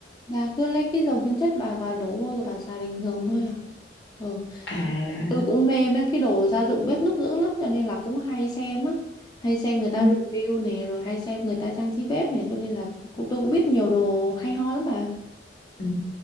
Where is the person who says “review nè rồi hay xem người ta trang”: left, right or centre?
Left